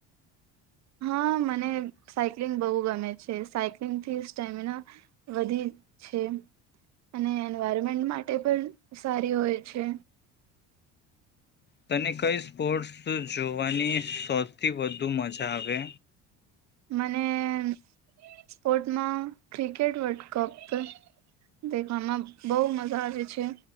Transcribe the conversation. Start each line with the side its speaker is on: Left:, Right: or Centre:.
Right: હા, મને સાયક્લિંગ બોવ ગમે છે. સાયક્લિંગથી સ્ટેમિના વધી છે અને એન્વાયરમેન્ટ માટે પણ સારી હોય છે.
Left: તને કઈ સ્પોર્ટસ ત જોવાની સૌથી વધુ મજા આવે?
Right: મને સ્પોર્ટમાં ક્રિકેટ વર્લ્ડ કપ દેખવામાં બોવ મઝા આવે છે.